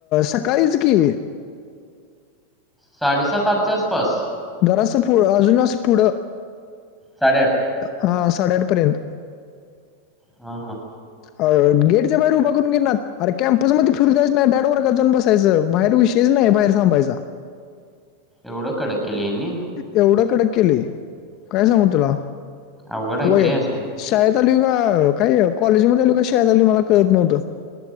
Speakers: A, on the left (about 45°); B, in the centre.
A: सकाळीच कि
B: साडेसात आठच्या आसपास
A: जरासं पु अजून असं पुढं
B: साडेआठ
A: हा साडेआठ पर्यंत
B: हा हा
A: अ गेटच्या बाहेर उभा करून घेईनात अरे कॅम्पस मध्ये फिरु द्यायच नाही डायरेक्ट वर्गात जाऊन बसा यच बाहेर विषयच नाही बाहेर थांबायचा
B: एवढं कडक केलंय ह्यानी
A: एवढं कडक केलंय काय सांगू तुला
B: अवघड आहे
A: व्हय
B: की रे अशाने
A: शाळेत आलोय का काय कॉलेजमध्ये आलोय का शाळेत आलोय मला कळत नव्हतं